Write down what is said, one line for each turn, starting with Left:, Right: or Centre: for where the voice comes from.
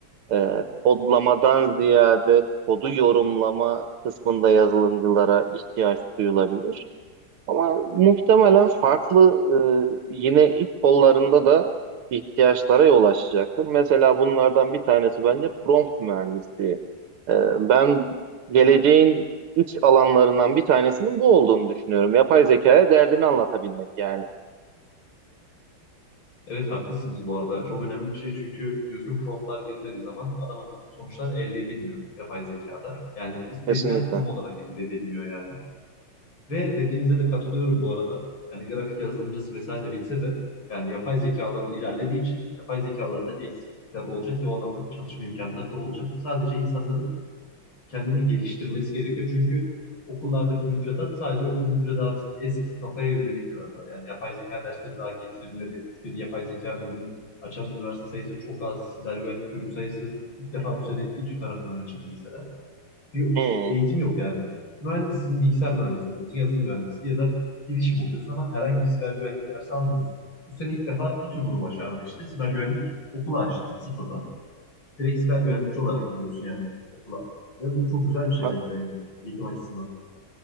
Right: e, kodlamadan ziyade kodu yorumlama kısmında yazılımcılara ihtiyaç duyulabilir. Ama muhtemelen farklı e, yine ilk kollarında da ihtiyaçlara yol açacaktır. Mesela bunlardan bir tanesi bence prompt mühendisliği. E, ben geleceğin iç alanlarından bir tanesinin bu olduğunu düşünüyorum. Yapay zekaya derdini anlatabilmek yani.
Left: Evet haklısınız bu arada. Çok önemli bir şey çünkü düzgün promptlar girmediği zaman adam akıllı sonuçlar elde edilmiyor yapay zekada. Yani istenilen
Right: Kesinlikle.
Left: tam olarak elde edilmiyor yani. Ve dediğinize de katılıyorum bu arada. Yani grafik yazılımcısı vesaire bitse de yani yapay zekaların ilerlediği için yapay zekalarında eksiklikler olacak ve o alanda çalışma imkanları da olacak. Sadece insanların kendini geliştirmesi gerekiyor. Çünkü okullardaki müfredat sadece okul müfredatı eski kafaya yönelik biraz daha. Yani yapay zeka dersleri daha getirilmedi. Türkiye'de yapay zeka bölümü açan üniversite sayısı çok az. Siber güvenlik bölüm sayısı ilk defa bu sene İTÜ tarafından açıldı mesela bir
Right: Hmm.
Left: eğitim yok yani. Mühendissin, bilgisayar mühendisi okuyorsun, yazılım mühendisi ya da bilişim okuyorsun ama herhangi bir siber güvenlik dersi almıyorsun. Bu sene ilk defa İTÜ bunu başardı işte. Siber güvenlik okulu açtı sıfırdan. Direkt siber güvenlikçi olarak gidiyorsun yani okula. Ve bu çok güzel bir şey
Right: Ha-
Left: bence yani eğitim açısından.